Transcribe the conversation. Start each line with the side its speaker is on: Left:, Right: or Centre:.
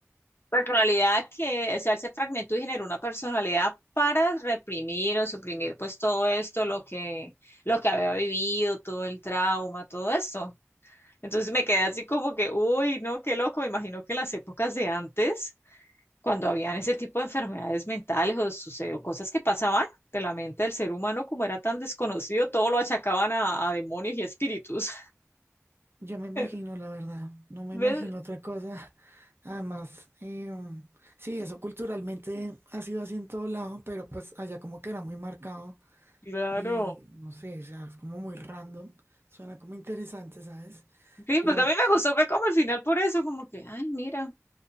Left: personalidad que, o sea, él se fragmentó y generó una personalidad para reprimir o suprimir pues todo esto, lo que, lo que había vivido, todo el trauma, todo esto. Entonces me quedé así como que, uy, no, qué loco. Me imagino que en las épocas de antes cuando habían ese tipo de enfermedades mentales o sucedió cosas que pasaban de la mente del ser humano, como era tan desconocido, todo lo achacaban a, a demonios y espíritus.
Right: Yo me imagino,
Left: <laughs>
Right: la verdad, no me
Left: ¿Ves?
Right: imagino otra cosa. Además, em, sí, eso culturalmente ha sido así en todo lado, pero pues allá como que era muy marcado
Left: Claro.
Right: y no sé, o sea, es como muy random. Suena como interesante, ¿sabes?
Left: Sí,
Right: Yo,
Left: pues a mí me gustó, fue como al final por eso, como que, ay, mira,